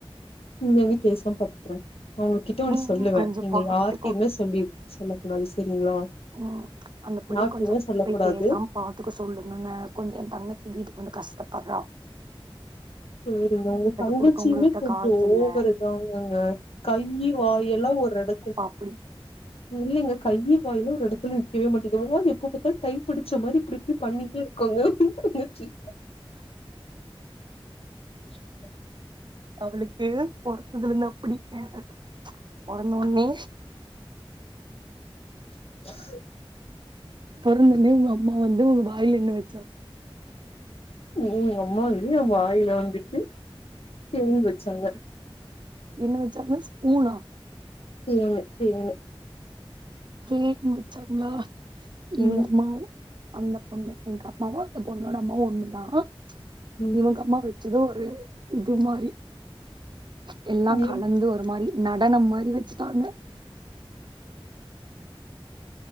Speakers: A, on the left (about 80°); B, on the right (about 50°).
A: இங்க வந்து பேசாம பாத்துக்குற உங்ககிட்ட ஒன்னு
B: ம்
A: சொல்லுவ
B: கொஞ்சம்
A: நீங்க
B: பாத்துக்கோ
A: யார்கிட்டயுமே சொல்லி சொல்ல கூடாது சேரிங்களா
B: ம் அந்த புள்ளைய
A: யார்க்குமே
B: கொஞ்சம்
A: சொல்ல
B: போய்
A: கூடாது
B: பேசாம பாத்துக்க சொல்லுங்கங்க கொஞ்சோ எ தங்கச்சி வீட்டுக்கு வந்து கஷ்டப்பட்றா
A: <inaudible> செரிங்க உங்க தங்கச்சியுமே
B: குடுக்க உங்கள்ட்ட
A: கொஞ்சோ
B: காசு
A: ஓவருதாங்கங்க
B: இல்ல
A: கை வாயெல்லா ஒரு எட
B: அப்டி
A: இல்லைங்க கையி வாயிலா ஒரு எடத்துல நிக்கவே மாட்டேக்கு அவோ எப்ப பாத்தாலு கை பிடிச்ச மாரி இப்டி இப்டி பண்ணிட்டே இருக்காங்க <unintelligible> <inaudible>
B: அவளுக்கு பொறந்ததிலிருந்து <unintelligible> பிடிக்காது ச் பொறந்தவொன்னே
A: <inaudible>
B: பொறந்தவுனே உங்க அம்மா வந்து உங்க வாயில என்ன வெ
A: எங்க அம்மாவே எ வாயில வந்துட்டு தேன் வெச்சாங்க
B: என்ன வெச்சாங்க ஸ்பூனா
A: தேனு தேனு
B: தேன் வெச்சாங்ளா எங்க
A: ம்
B: அம்மாவு அந்த பொண்ணு எங்க அம்மாவு அந்த பொண்ணோட அம்மாவு ஒண்ணுதா ச்
A: ம்
B: உங்க அம்மா வெச்சது ஒரு இது மாரி ச் எல்லா
A: ம்
B: கலந்து ஒரு மாரி நடனம் மாரி வச்சுட்டாங்க